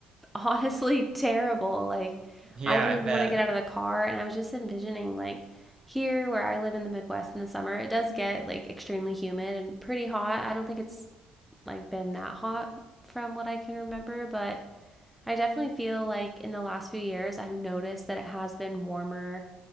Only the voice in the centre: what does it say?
honestly <laughs> terrible. Like,
I didn't
even want to get out of the car, and I was just envisioning, like, here where I live in the Midwest in the summer, it does get like extremely humid and pretty hot. I don't think it's like been that hot from what I can remember, but I definitely feel like in the last few years, I've noticed that it has been warmer